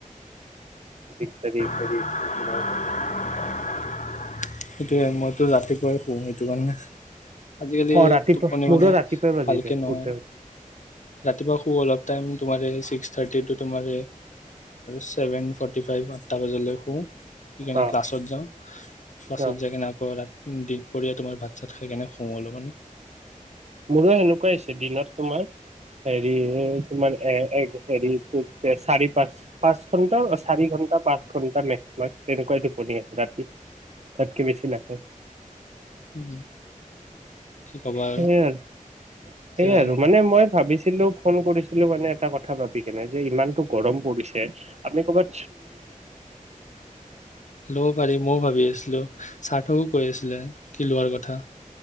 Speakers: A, on the right; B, on the left.
A: দিক দাৰি।
B: সেইটোয়ে মইতো ৰাতিপুৱাই শুওঁ <unintelligible> <unintelligible> আজিকালি
A: অ ৰাতিপুৱা
B: টোপনি
A: মোৰো
B: মানে
A: ৰাতিপুৱাই বাজি
B: ভালকে
A: যায়
B: নহয়,
A: শুতে
B: ৰাতিপুৱা শু অলপ টাইম তোমাৰ। থাৰটি টু তোমাৰে। ছেভেন ফৰ্টি ফাইভ আঠটা বজালৈ শু, শুই কেনে
A: অ
B: ক্লাছত যাওঁ, ক্লাছত
A: অ
B: যাই কিনে আকৌ ৰা দিনপৰীয়া তোমাৰ ভাত চাত খাই কেনে শু অল মান
A: মোৰো সেনেকুৱাই হৈছে দিনত তোমাৰ। হেৰি তোমাৰ এ হেৰি চাৰি পাঁচ পাঁচ ঘন্টা চাৰি ঘন্টা পাঁচ ঘন্টা মেক্সিমাম তেনেকুৱা টোপনি আহে, ৰাতি তাতকে বেছি নাহে।
B: উ কি কবা।
A: সেই আৰু
B: এতিয়া
A: সেয়ে আৰু মানে মই ভাবিছিলো ফোন কৰিছিলো। মানে এটা কথা ভাবি কেনে যে ইমানতটো গৰম পৰিছে আমি কবাত।
B: লব পাৰি মইও ভাবি আছিলো। থও কৈ আছিলে কি লোৱাৰ ক। থা।